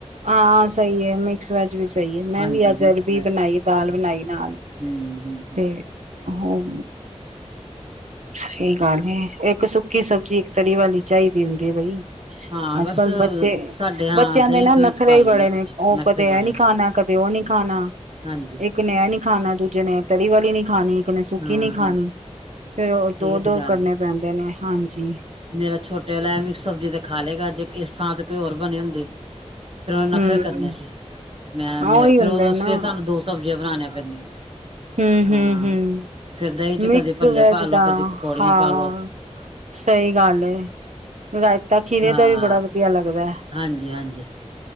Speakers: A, on the right; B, on the right.
A: ਹਾਂ ਸਹੀ ਹੈ, ਮਿਕਸ ਵੈਜ ਵੀ ਸਹੀ ਹੈ ਮੈਂ
B: ਹਾਂਜੀ
A: ਵੀ ਆਜ
B: ਮਿਕਸ
A: ਅਰਬੀ ਬਣਾਈ ਦਾਲ ਬਣਾਈ ਨਾਲ।
B: ਇ ਹਮ ਹਮ
A: ਤੇ ਹੋਰ ਸਹੀ ਗੱਲ ਹੈ, ਇੱਕ ਸੁੱਕੀ ਸਬਜ਼ੀ ਤਰੀ ਵਾਲੀ ਚਾਹੀਦੀ ਹੁੰਦੀ ਹੈ ਬਈ
B: ਹਾਂ
A: ਅੱਜ
B: ਬਸ
A: ਕੱਲ ਬੱਚੇ
B: ਸਾਡੇ ਹਾਂ
A: ਬੱਚਿਆਂ
B: ਦਹੀਂ
A: ਦੇ ਨਾ
B: ਦੁਹੀਂ
A: ਨਖਰੇ
B: ਚ ਪਾ
A: ਹੀ
B: ਲੈਂਦੇ
A: ਬੜੇ ਨੇ
B: ਕੁਛ
A: ਉਹ
B: ਨਖਰੇ
A: ਕਦੇ
B: ਬੜੇ
A: ਇਹ ਨੀ ਖਾਣਾ ਕਦੇ ਉਹ ਨੀ ਖਾਣਾ
B: ਹਾਂਜੀ
A: ਇੱਕ ਨੇ ਇਹ ਨੀ ਖਾਣਾ ਦੂਜੇ ਨੇ ਤਰੀ ਵਾਲੀ ਨੀ ਖਾਣੇ ਏਨੇ ਸੁੱਕੀ
B: ਹਾਂ
A: ਨਹੀ ਖਾਣੀ
B: ਹਾਂ
A: ਫੇਰ ਉਹ
B: ਇਹੀਓ
A: ਦੋ, ਦੋ
B: ਤੇ ਗੱਲ
A: ਕਰਨੇ
B: ਹੈ
A: ਪੈਂਦੇ ਨੇ ਹਾਂਜੀ।
B: ਮੇਰਾ ਛੋਟੇ ਵਾਲਾ ਏ ਮੀਕਸ ਸਬਜ਼ੀ ਤੇ ਖਾ ਲਗਾ ਅ ਜੇ ਕਿਸ ਥਹਾ ਕੋ ਹੋਰ ਬਣੇ ਹੁੰਦੀ। ਫੇਰ ਉਹਹਨੇ ਨਖਰੇ
A: ਹਮ
B: ਕਰਨੇ
A: ਹਮ
B: ਸੀ, ਮੈਂ
A: ਹਾਂ
B: ਮੇ
A: ਉਹੀ
B: ਫਿਰ
A: ਹੁੰਦਾ
B: ਉਹ
A: ਨਾ
B: ਫੇਿਰ ਸਾਨੂੰ ਦੋ ਸਬਜ਼ੀਆਂ ਬਣਾਉਣੀਆਂ ਪੈਂਦੀਆਂ।
A: ਹਮ
B: ਹਾਂ
A: ਹਮ ਹਮ
B: ਫਿਰ ਦਹੀਂ ਚ
A: ਮਿਕਸ
B: ਕਦੇ ਭੱਲੇ
A: ਵੈਜ
B: ਪਾ ਲਓ
A: ਦਾ
B: ਕਦੇ ਪਕੌੜੀਆਂ
A: ਹਾਂ
B: ਪਾ ਲਓ।
A: ਸਹੀ ਗੱਲ ਏ ਰਾਇਤਾ ਖੀਰੇ
B: ਹਾਂ
A: ਦਾ ਵੀ ਬੜਾ ਵਧੀਆ ਲੱਗਦਾ ਏ
B: ਹਾਂਜੀ, ਹਾਂਜੀ